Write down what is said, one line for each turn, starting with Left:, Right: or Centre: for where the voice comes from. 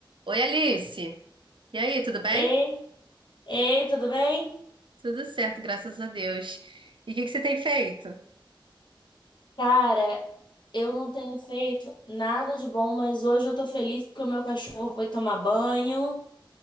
Right: Oi, Alice. E aí, tudo bem?
Left: Ei, ei, tudo bem?
Right: Tudo certo, graças a Deus. E o que que você tem feito?
Left: Cara, eu não tenho feito nada de bom, mas hoje eu tô feliz porque o meu cachorro foi tomar banho.